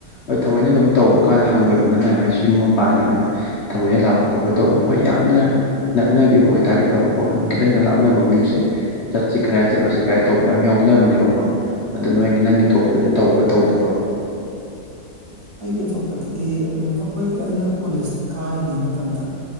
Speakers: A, on the left; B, on the right.
A: ꯍꯣꯏ ꯊꯑꯣꯏꯅ ꯑꯗꯨꯝ ꯇꯧꯕ ꯀꯥꯟꯗ ꯍꯪꯒꯣꯏꯕꯅꯤꯅ ꯃꯥꯏ ꯃꯥꯏꯁꯨ ꯌꯨꯝ ꯑꯃ ꯄꯥꯟꯈ꯭ꯔꯕꯅꯤꯅ ꯊꯑꯣꯏꯅ ꯂꯥꯛꯄ ꯈꯣꯠꯄ ꯇꯧꯕꯗ ꯍꯣꯏ ꯌꯥꯝꯅ ꯅꯛꯅꯈꯤꯕ ꯑꯣꯏ ꯇꯥꯔꯗꯤ ꯐꯕꯀꯣ ꯑꯗꯨꯝ ꯈꯤꯇꯪ ꯇ ꯂꯥꯞꯅꯕꯒ ꯌꯨꯝꯁꯦ ꯆꯠꯁꯤ ꯀꯔꯥꯏ ꯆꯠꯂꫭꯏꯁꯤ ꯀꯔꯥꯏ ꯇꯧꯕ ꯌꯥꯝ ꯌꯥꯎꯅꯕꯅꯦꯕ ꯀꯣ ꯑꯗꯣ ꯅꯣꯏꯒꯤ ꯅꯪꯒꯤ ꯊꯣꯛꯄꯗꯗꯤ ꯇꯧꯕ꯭ꯔꯥ ꯇꯧꯗꯕ꯭ꯔꯣ
B: ꯑꯩꯒ ꯊꯣꯛꯄꯗꯗꯤ ꯑꯝ ꯑꯈꯣꯏ ꯑꯩꯅ ꯀꯣꯂꯦꯖ ꯀꯥꯔꯤꯉꯩ ꯃꯇꯝꯗ꯫